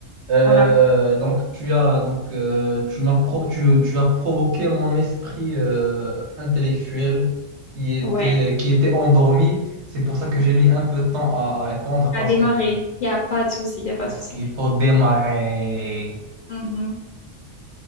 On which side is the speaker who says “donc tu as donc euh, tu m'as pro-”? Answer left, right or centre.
Right